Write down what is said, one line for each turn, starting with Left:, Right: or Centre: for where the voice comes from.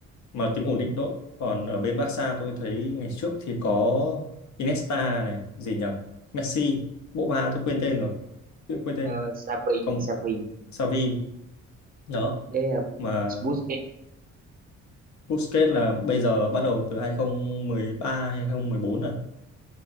Left: mà tính ổn định tốt còn ở bên Barca tôi thấy ngày trước thì có Iniesta này gì nhở Messi bộ ba tôi quên tên rồi tự quên tên
Right: uh, Xavi
Left: còn
Right: Xavi
Left: Xavi đó
Right: với ờ,
Left: mà
Right: Busquets
Left: Busquets là bây giờ bắt đầu từ 2013 hay 2014 rồi